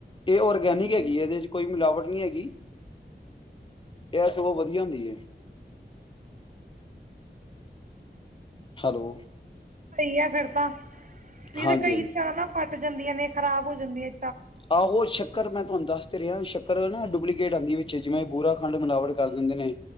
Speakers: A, on the left; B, on the right.
A: ਇਹ ਔਰਗੈਨਿਕ
B: ਹਾਂਜੀ
A: ਹੈਗੀ ਹੈ ਇਹਦੇ ਚ ਕੋਈ ਮਿਲਾਵਟ ਹੈਗੀ ਇਹ ਸ ਉਹ ਵਧੀਆ ਹੁੰਦੀ ਹੈ ਹੈਲੋ
B: ਸਹੀ ਆ ਫਿਰ ਤਾਂ ਇਹਦੇ
A: ਹਾਂਜੀ-ਹਾਂਜੀ
B: ਕਈ ਚ ਨਾ ਪ ਜਾਂਦੀਆਂ ਨੇ ਖਰਾਬ ਹੋ ਜਾਂਦੀਆਂ
A: ਆਹੋ ਸ਼ਕ ਚੱਕਰ ਮੈਂ ਤੁਹਾਨੂੰ ਦੱਸਦੇ ਰਿਹਾ ਚੱਕਰ ਨਾ ਡੁਪਲੀਕੇਟ ਆਉਂਦੀ ਵਿੱਚ ਜਿਵੇਂ ਬੁਰਾ ਖੰਡ ਮਿਲਾਵਟ ਕਰ ਦਿੰਦੇ ਨੇ